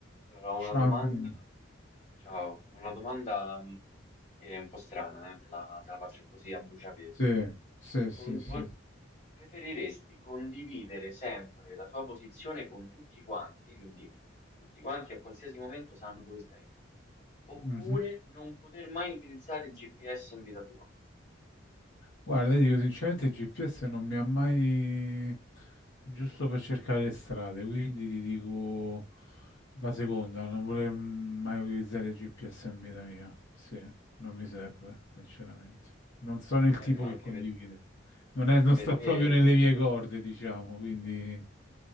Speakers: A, on the left; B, on the left.
A: Allora, ho
B: Shandon.
A: una domanda, ciao, ho una domanda mh, che è un po' strana, eh, Te la, te la faccio così a bruciapelo.
B: Sì, sì,
A: Con-
B: sì, sì.
A: vo- preferiresti condividere sempre la tua posizione con tutti quanti, quindi tutti quanti a qualsiasi momento sanno dove sei, oppure
B: Mhm.
A: non poter mai utilizzare il GPS in vita tua?
B: Guarda, io dico sinceramente, il GPS non mi ha mai giusto per cercare le strade, quindi ti dico la seconda, non voler mai utilizzare il GPS in vita mia. Sì, non mi serve, sinceramente. Non sono il
A: Eh,
B: tipo
A: ma anche,
B: che condivide.
A: per-
B: Non
A: anche
B: è- non
A: perché...
B: sta proprio nelle mie
A: eh,
B: corde, diciamo, quindi...